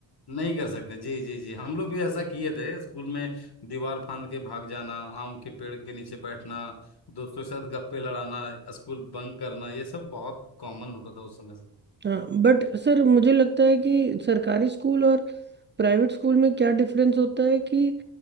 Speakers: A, on the left; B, on the right.
A: नहीं कर सकते जी जी जी हम लोग भी ऐसा किए थे स्कूल में दीवार फांद के भाग जाना आम के पेड़ के नीचे बैठना दोस्तों के साथ गप्पे लड़ाना स्कूल बंक करना ये सब बहुत कॉमन होता था उस समय से
B: हाँ बट सर मुझे लगता है कि सरकारी स्कूल और प्राइवेट स्कूल में क्या डिफरेंस होता है कि